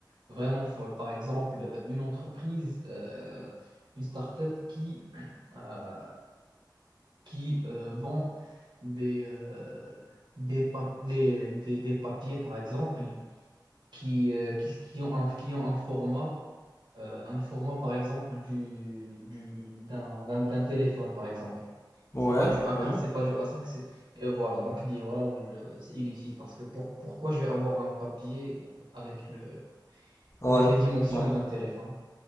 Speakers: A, on the right (about 75°); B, on the left (about 35°).
A: vraiment folles. Par exemple, euh, une entreprise, euh, une start-up qui. euh, qui euh, vend des, euh, des, pa- des, des- des papiers, par exemple, qui, euh, qui, qui ont un, qui ont un format, euh, un format, par exemple, du, du, d'un, d'un, d'un téléphone, par exemple.
B: Ouais,
A: C'est pas du a quatre
B: ouais.
A: c'est pas du a cinq c'est... et voilà, donc li- voilà, le- c'est inutile parce que pour- pourquoi je vais avoir un papier euh, avec le,
B: Ouais,
A: avec les dimensions
B: ouais.
A: d'un téléphone?